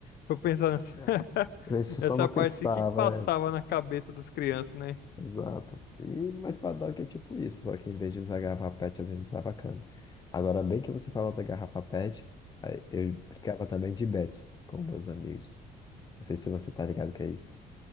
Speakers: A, on the left; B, on the left.
A: Se eu pensar nessa,
B: É,
A: <laughs>
B: é. A gente
A: nessa
B: só não
A: parte
B: pensava.
A: assim, o que que passava na cabeça das crianças, né?
B: Exato. E mais paddock é tipo isso, só que em vez de usar garrafa PET, a gente usava cana. Agora, bem que você falou da garrafa PET, aí eu brincava também de bets com meus amigos. Não sei se você tá ligado que é isso.